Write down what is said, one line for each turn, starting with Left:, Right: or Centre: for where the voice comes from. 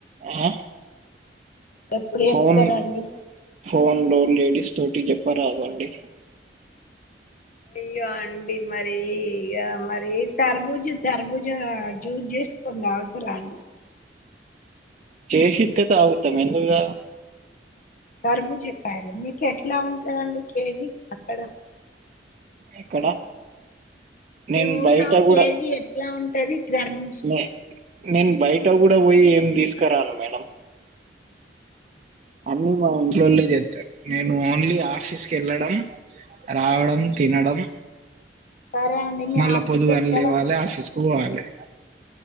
Right: ఆ
Left: ఎప్పుడు
Right: ఫోన్
Left: చెప్తారండి
Right: ఫోన్ లో లేడిస్ తోటి చెప్ప రాదు అండి
Left: అయ్యో అండి మరి మరి తరబుజు తరబుజు చూస్ చేసుకొని తగుతారా అండి
Right: చేసితే ఆగుతాం ఎందుకు తాగం
Left: కర్బుజకాయలు మీకు ఎట్లా ఉంటందండి కేజీ అక్కడ
Right: ఎక్కడ
Left: మీ
Right: నేను
Left: ఊళ్ళో
Right: బయట
Left: కేజీ
Right: కూడా
Left: ఎట్లా ఉంటది గర్భూజ
Right: నే నేను బయట కూడా పోయి ఏం తీసుకురాను మేడం అన్నిీ మా ఇంట్లోళ్లే చెత్తరు నేను ఓన్లీ ఆ ఫీస్క వెళ్ళడం రావడం తినడం
Left: సరే అండి మీ
Right: మళ్ళా
Left: ఆఫీస్
Right: పొదుగల్నే
Left: ఎక్కడ
Right: లేవాలే ఆఫీస్ పోవాలే